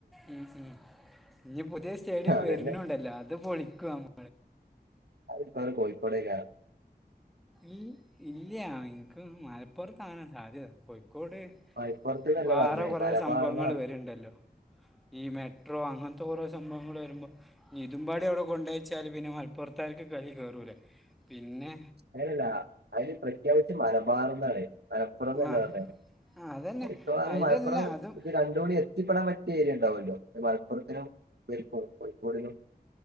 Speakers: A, in the centre; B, on the right.
A: ഉം ഉം ഇനി പുതിയേ സ്റ്റേഡിയം
B: അതന്നെ
A: വെര്നുണ്ടല്ലോ അത് പൊളിക്കും ന
B: അതിപ്പഴും കോഴിക്കോട്ടേക്കാ?
A: ഈ ഇല്ല്യാ ഇൻക്ക് മലപ്പുർത്താണ് സാധ്യത കൊയിക്കോട്
B: മലപ്പുറത്ത്ന്നല്ല
A: വാറ
B: പറഞ്ഞേ
A: കൊറേ
B: മലബാർന്നാ
A: സംഭവങ്ങള്
B: മതി.
A: വെര്ണ്ടല്ലോ? ഈ മെട്രോ അങ്ങൻത്തെ ഓരോ സംഭവങ്ങൾ വെരുമ്പോ ഇതുമ്പാടി അവിടെ കൊണ്ടോ ച്ചാൽ പിന്നെ മലപ്പൊർത്താർക്ക് കലി കേറൂലെ പിന്നെ
B: അല്ലെല്ല അയിന് പ്രഖ്യാപിച്ച് മല ബാറുന്നാണ്. മലപ്പുറംന്നന്നെ
A: ആ ആ,
B: പർഞ്ഞെ
A: അതന്നെ
B: മിക്കവാറും
A: അതിലല്ല
B: മലപ്പുറം
A: അതും
B: ഇത് രണ്ടും കൂടി ത്തിപ്പെടൻ പറ്റിയ ഏരിയ ഉണ്ടാവല്ലോ മലപ്പുറത്തിനും ഇവരിക്കും കോയിക്കോട്നും